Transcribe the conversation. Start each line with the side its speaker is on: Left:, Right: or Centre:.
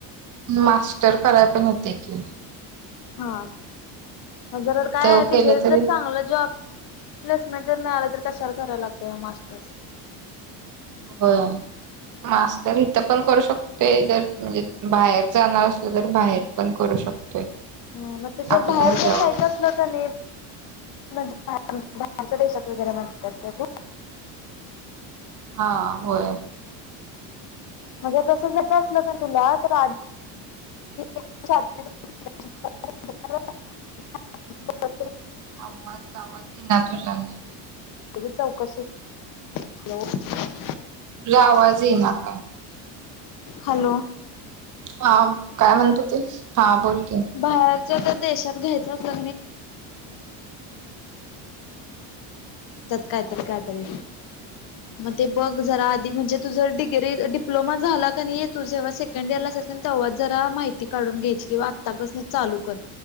Right: मास्टर कराय पण येते की.
Left: हा. जर
Right: इथं
Left: काय डग्री
Right: केलं तरी
Left: जर चांगलं जॉब प्लेसमेंट जर मिळालं. कशाला करायला लागत मास्टर्स.
Right: हो मास्तर इथ पण करू शकतो. ते जर म्हणजे बाहेर जाणार असल तर बाहेर पण करू शकतोय.
Left: ह मग ते जर
Right: आपल्या
Left: बाहेर
Right: ह्याच्यावर
Left: पण जायचं असल का नाही. ण भारच्या देशात वगैरे म्हण असते तू.
Right: हा होय.
Left: म्हणजे तसं जायचं असलं का तुला तर आ. <inaudible>
Right: आवाज आवाज येईना तुझा तुझा नीट.
Left: मी चौकशी हॅलो!
Right: तुला आवाज येईना का?
Left: हॅलो!
Right: हा काय म्हणत ते हा बोल. की
Left: भार. ज जर देशात घ्यायच असतल ते. त्या काय त्या काय ताई मग ते. बघ जरा आधी म्हणजे तुझर डिग्री डिप्लोमा झाला का तू जेव्हा सेकंड इयर ला. तेव्हा जरा माहिती काढून घ्यायची किंवा आत्तापासून चालू कर.